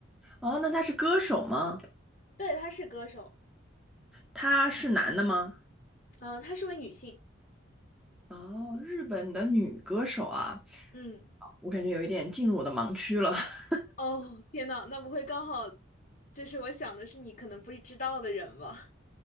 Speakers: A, in the centre; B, on the left.
A: 哦，那他是歌手吗？
B: 对，她是歌手，
A: 他是男的吗？
B: 嗯、她是位女性。
A: 哦，日本的女歌手啊，
B: 嗯，
A: 我感觉有一点进入我的盲区了。<laughs>
B: 哦，天呐，那不会刚好就是我想的是你可能不知道的人吧？